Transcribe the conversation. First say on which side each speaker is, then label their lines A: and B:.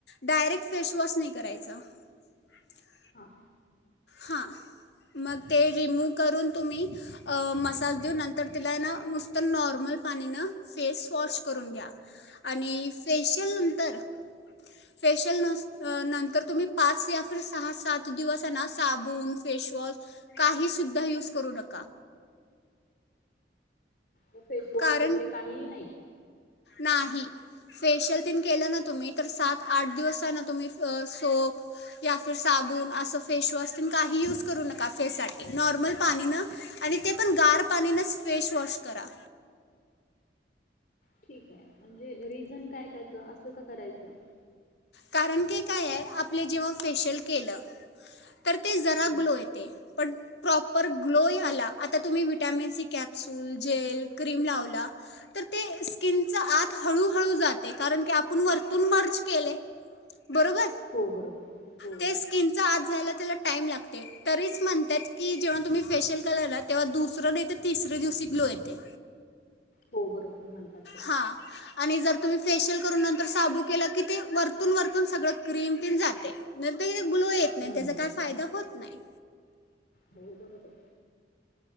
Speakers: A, on the left; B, on the left.
A: डायरेक्ट फेशवॉश नाही कराय च <inaudible>
B: हा.
A: हा. मग ते रिमूव करून तुम्ही मसाज देऊन, नंतर तेला हाय ना, नुसतं नॉर्मल पाणी ना फेस वॉश करून घ्या आणि फेशिअल नंतर, फेशिअल नस नंतर तुम्ही, पाच या फिर सहा सात दिवस आहे ना. साबून, फेशवॉश काही सुद्धा युज करू नका.
B: मग फेसवॉश
A: कारण
B: वगैरे काहीही नाही.
A: नाही फेशियल तेन केलं ना तुम्ही तर सात आठ दिवस आहे ना तुम्ही सोप या फिर साबुण असं फेशवॉश त काही यूज करू नका फेससाठी नॉर्मल पाणीनं आणि ते पण गार पाणीनच फेशवॉश करा.
B: ठीक आहे म्हणजे रिझन काय त्याच असं का करायचं?
A: कारण कि काय आहे आपले जेव्हा फेशियल केलं. तर ते जरा
B: हां.
A: ग्लो येते पण प्रॉपर ग्लो आला आता तुम्ही vitamin C capsule gel cream लावला तर ते स्किनचा आत हळूहळू जाते कारण की आपण वरतून मर्ज केले. बरोबर
B: हो बरोबर. हो.
A: ते स्किनच्या आत जायला त्याला टाईम लागते तरीच म्हणतात की जेव्हा तुम्ही फेशियल केला ना तेव्हा दुसरं नाही तर तिसरऱ्या दिवशी ग्लो येते.
B: हो बरोबर म्हणतात सगळे.
A: हा आणि जर तुम्ही फेशियल नंतर शाबू केला की ते वर वरतुन सगळं क्रीम जाते नाही तर हे ग्लो येत नाही
B: हं,
A: त्याचा
B: हं.
A: काय फायदा होत नाही.
B: बरोबर